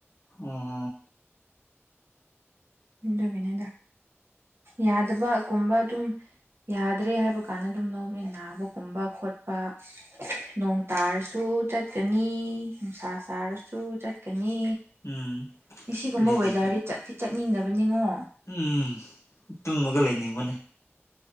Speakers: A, on the left; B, on the right.
A: ꯑꯣ
B: ꯗꯣꯕꯤꯅꯦꯗ ꯌꯥꯗꯕꯒꯨꯝꯕ ꯑꯗꯨꯝ ꯌꯥꯗ꯭ꯔꯦ ꯍꯥꯏꯕ ꯀꯥꯟꯗ ꯑꯗꯨꯝ ꯂꯧꯃꯤ ꯅꯥꯕꯒꯨꯝꯕ ꯈꯣꯠꯄ ꯅꯣꯡ ꯇꯥꯔꯁꯨ ꯆꯠꯀꯅꯤ ꯅꯨꯡꯁꯥ ꯁꯥꯔꯁꯨ ꯆꯠꯀꯅꯤ
A: ꯎꯝ
B: ꯁꯤꯒꯨꯝꯕ
A: ꯀꯔꯤꯗꯤ
B: ꯋꯦꯗꯔꯗꯤ
A: ꯐꯩ
B: ꯆꯠꯇꯤ ꯆꯠꯅꯤꯡꯗꯕꯅꯤꯉꯣ
A: ꯎꯝ ꯇꯨꯝꯃꯒ ꯂꯩꯅꯤꯡꯕꯅ